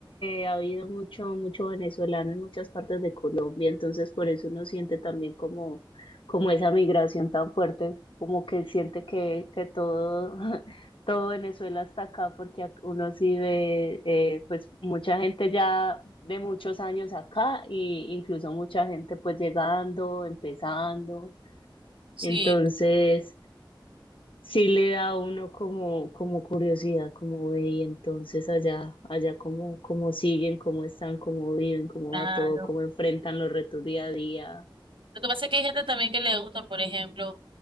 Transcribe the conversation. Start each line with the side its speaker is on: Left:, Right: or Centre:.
Left: eh, ha habido mucho, mucho venezolano en muchas partes de Colombia, entonces por eso uno siente también como, como esa migración tan fuerte, como que siente que, que todo, <laughs> todo Venezuela está acá, porque ac- uno sí ve eh, pues mucha gente ya de muchos años acá, e incluso mucha gente pues llegando, empezando.
Right: Sí,
Left: Entonces sí le da a uno como, como curiosidad, como ve, y entonces allá, allá cómo, cómo siguen, cómo están, cómo viven, cómo
Right: claro.
Left: va todo, cómo enfrentan los retos día a día.
Right: Lo que pasa es que hay gente también que le gusta, por ejemplo,